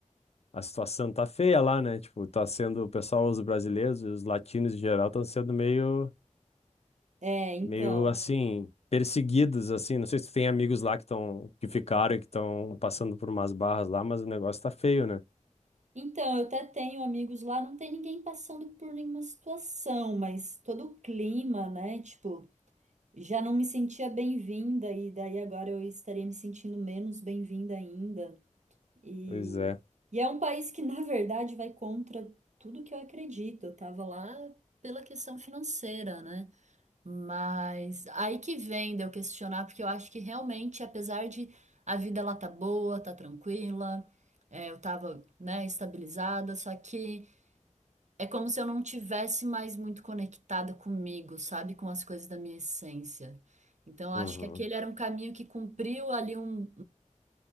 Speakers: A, on the left; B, on the right.
A: a situação tá feia lá, né? Tipo, tá sendo, o pessoal, os brasileiros e os latinos em geral estão sendo meio,
B: É, então.
A: meio assim, perseguidos, assim. Não sei se tu tem amigos lá que estão, que ficaram, e que estão passando por umas barras lá, mas o negócio tá feio, né?
B: Então, eu até tenho amigos lá, não tem ninguém passando por nenhuma situação, mas todo o clima, né? Tipo, já não me sentia bem-vinda, e daí agora eu estaria me sentindo menos bem-vinda ainda. E,
A: Pois é.
B: e é um país que, <laughs> na verdade, vai contra tudo que eu acredito. Eu tava lá pela questão financeira, né? Mas aí que vem de eu questionar, porque eu acho que realmente, apesar de a vida lá tá boa, tá tranquila, é, eu tava, né, estabilizada, só que é como se eu não tivesse mais muito conectada comigo, sabe, com as coisas da minha essência. Então, eu
A: Uhum,
B: acho que aquele era um caminho que cumpriu ali um